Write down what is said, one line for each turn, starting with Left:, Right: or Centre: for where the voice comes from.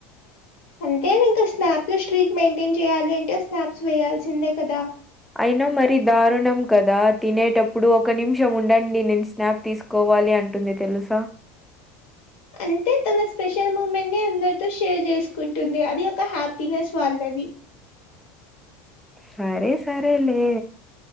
Left: అంటే ఇంకా స్నాప్ లో స్ట్రీట్ మెయింటైన్ చేయాలి అంటే స్నాప్స్ వేయాల్సిందే కదా
Centre: అయినా మరి దారుణం కదా తినేటప్పుడు ఒక నిమిషం ఉండండి నేను స్నాప్ తీసుకో కోవాలి అంటుంది తెలుసా
Left: అంటే తన స్పెషల్ మూమెంట్ ని అందరితో షేర్ చేసుకుంటుంది అది ఒక హ్యాపీనెస్ వాళ్ళ ది
Centre: సరే సరే లే